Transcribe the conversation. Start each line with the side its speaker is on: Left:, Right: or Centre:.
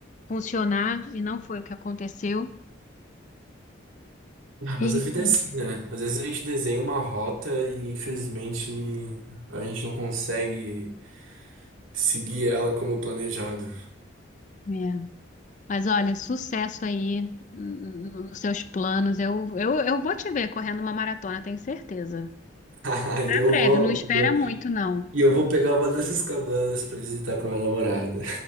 Left: funcionar, e não foi o que aconteceu.
Right: Ah, mas
Left: Eita.
Right: a vida é assim, né? Às vezes a gente desenha uma rota e infelizmente a gente não consegue seguir ela como planejado.
Left: É. Mas olha, sucesso aí n- n- nos seus planos. Eu, eu, eu vou te ver correndo uma maratona, tenho certeza.
Right: <laughs> Aí
Left: Para
Right: eu
Left: breve,
Right: vou,
Left: não espera
Right: eu-
Left: muito, não.
Right: e eu vou pegar uma dessas cabanas pra visitar com a minha namorada.